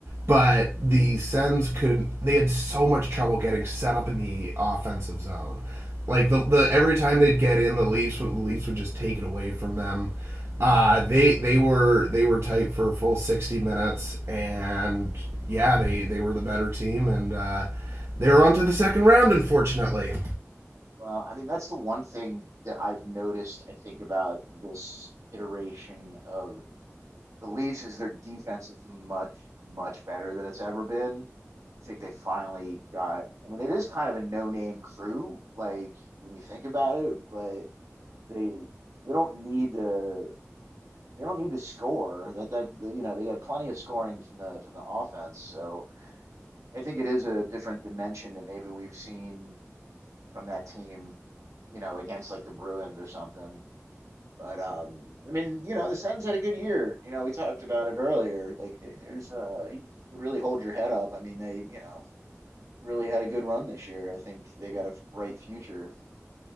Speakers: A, on the right; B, on the right.
A: but the Sens could they had so much trouble getting set up in the offensive zone. Like the, the every time they'd get in, the Leafs the Leafs would just take it away from them. Uh, they they were they were tight for a full sixty minutes, and yeah, they they were the better team, and uh, they were on to the second round, unfortunately.
B: Well, I mean, that's the one thing that I've noticed, I think, about this iteration of the Leafs is their defense is much, much better than it's ever been. I think they finally got, I mean, it is kind of a no-name crew, like when you think about it, but they they don't need to they don't need to score. That that you know they got plenty of scoring from the from the offense. So I think it is a different dimension that maybe we've seen from that team. You know, against like the Bruins or something. But um, I mean, you know, the Sens had a good year. You know, we talked about it earlier. Like, there's uh, you could really hold your head up. I mean, they you know really had a good run this year. I think they got a bright future.